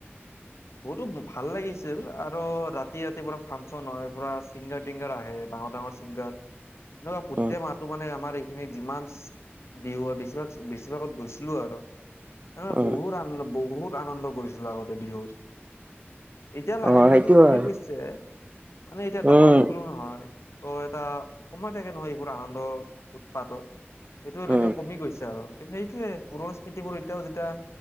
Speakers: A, on the right; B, on the left.
A: <inaudible>
B: বহুতো ভাল লাগিছিল আৰু ৰাতি ৰাতি পুৰা ফাংচন হয় পুৰা চিংগাৰ টিংগাৰ আহে ডাঙৰ ডাঙৰ এনেকুৱা ফুট
A: উম
B: মাহটো মানে আমাৰ এইখিনিত যিমান বিহু হয় বেছিভাগ বেছিভাগত গৈছিলো আৰু এনেুৱা
A: উম
B: বহুত ুত আ বহুত আনন্দ কৰিছিলো আগতে বিহুত এতিয়া লাহে
A: অ
B: লাহেতটো
A: সেইটো
B: কমি
A: হয়
B: গৈছিল মানে এতিয়া ডাঙৰ
A: উম
B: হৈ এইো নহয় ত' এটা সময় থাকে নহয় এইবোৰ আনন্দৰ উৎপাতৰ সেইটো হ
A: উম
B: এতিয়া কমি গৈছে আৰু কিন্তু এইটোোৱে পুৰস্কৃতিবোৰ এতিয়াও যেতিয়া